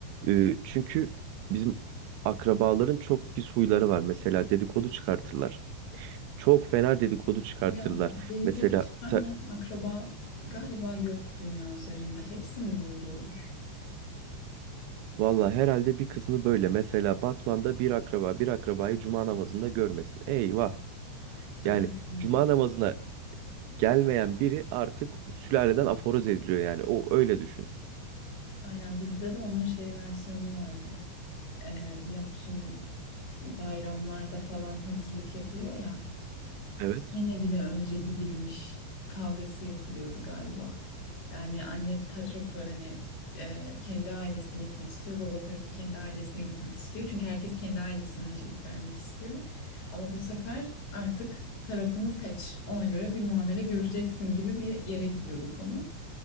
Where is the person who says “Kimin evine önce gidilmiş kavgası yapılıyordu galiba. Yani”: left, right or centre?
Left